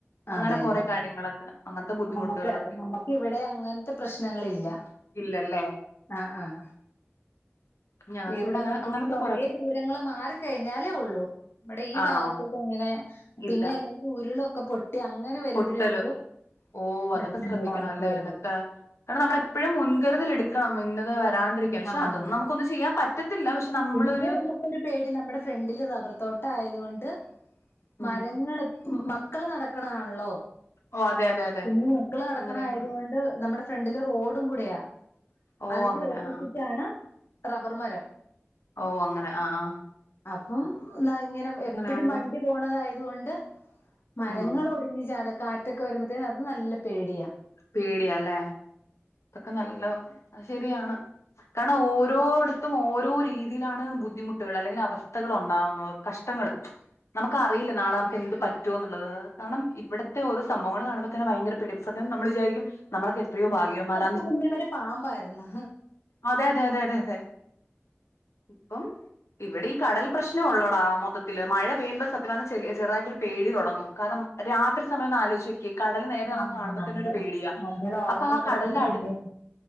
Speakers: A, on the left; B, on the left.
A: അങ്ങനെ
B: അതെല്ലേ
A: കൊറെ കാര്യങ്ങളൊക്കെ അങ്ങനത്തെ ബുദ്ധിമുട്ടുകളൊക്കെ
B: നമുക്ക് നമുക്ക്
A: ഇണ്ട്
B: ഇവിടെ അങ്ങനത്തെ പ്രശ്നങ്ങളില്ല
A: ഇല്ലല്ലേ
B: ആഹ് ആഹ
A: ഞങ്ങക്ക്
B: ഇവിടെ
A: അങ്ങനെ
B: നോക്കെ
A: അങ്ങനത്തെ
B: കൊറെേ
A: കൊറെ
B: ദൂരങ്ങള് മാറിക്കഴിഞ്ഞാലേ ഉള്ളു ഇവിടെ ഈ
A: ആണോ?
B: ഭാഗത്ത് അങ്ങനെ പിന്നെ
A: ഇല്ല.
B: അല്ലെങ്കിൽ ഉരുളൊക്കെ പൊ ട്ടി അങ്ങനെ വരുമ്പോഴേള്ളൂ
A: പൊട്ടല് ഓ അതൊക്കെ
B: പ്രശ്നങ്ങള്
A: ശ്രദ്ധിക്കണം
B: നമുക്ക്
A: അല്ലേ?
B: വര
A: അതൊക്കെ കാരണം നമ്മളെപ്പോഴും മുൻകരുതല് എടുക്കണം ഇന്നത് വരാണ്ടിരിക്കാൻ
B: വരും
A: പക്ഷെ
B: ആഹ്
A: അതൊന്നും നമുക്കൊന്നും ചെയ്യാൻ പറ്റത്തില്ല പക്ഷെ നമ്മളൊരു
B: പിന്നെ നമുക്കൊരു പേടി നമ്മുടെ ഫ്രണ്ടില് റബർ തോട്ടം ആയതുകൊണ്ട്
A: ഉം
B: മരങ്ങള് മക്കൾ നടക്കണത് ആണല്ലോ
A: ഓ അതെ അതെ അതെ
B: കുഞ്ഞി മക്കൾ നടക്കണത്
A: അങ്ങനെയൊക്കെ
B: ആയതുകൊണ്ട്
A: ഉണ്ട്.
B: നമ്മുടെ ഫ്രണ്ടില് റോഡും കൂടെയാ
A: ഓ
B: അതിന്റെ
A: അങ്ങനെ
B: ഓപ്പോസിറ്റ്
A: ആ
B: ആണ് റബ്ബർ മരം
A: ഓ അങ്ങനെ ആഹ് ആഹ്
B: അപ്പം ഇതാ ഇങ്ങനെ എപ്പഴും
A: ആകുമ്പം
B: വണ്ടി പോണതായത് കൊണ്ട് മരങ്ങൾ
A: ഉം
B: ഒടിഞ്ഞ് ചാട കാറ്റൊക്കെ വരുമ്പത്തേനും അത് നല്ല പേടിയാ
A: പേടിയാ അല്ലേ ഇതൊക്കെ നല്ല അത് ശെരിയാണ് കാരണം ഓരോടത്തും ഓരോ രീതിയിലാണ് ബുദ്ധിമുട്ടുകൾ അല്ലെങ്കിൽ അവസ്ഥകൾ ഉണ്ടാാവുന്നത് കഷ്ടങ്ങള്
B: <unintelligible>
A: നമുക്കറിയില്ല നാളെ നമക്ക് എന്ത് പറ്റ റ്റോന്നുള്ളത് കാരണം ഇവിടത്തെ ഓരോ സംഭവങ്ങൾ കാണുമ്പോ തന്നെ ഭയങ്കര പേടിയാ സത്യം നമ്മൾ വിചാരിക്കും നമ്മളൊക്കെ എത്രയോ ഭാഗ്യവൻമാരാ
B: ള് മുന്നേ വരെ പാമ്പായിരുന്നു
A: അതെതെ അതെ അതെ അതെ ഇപ്പം ഇവിടെ ഈ കടൽ പ്രശ്നം ഉള്ളോടാ മൊത്തത്തില് മഴ പെയ്യുമ്പോൾ സത്യപറഞ്ഞാ ചെ ചെറുതായിട്ടൊരു പേടി തുടങ്ങും കാരണം രാത്രി സമയം ഒന്ന് ആലോച്ച് നോക്കിയേ കടൽ നേരെ നമുക്ക്
B: ആഹ്
A: കാണുമ്പോത്തന്ന ഒരു പേടിയാ
B: നമ്മൾ ഉറങ്ങി
A: അപ്പൊ ആ
B: കിടക്കുന്ന
A: കടലിന്റെ അടു
B: സമയം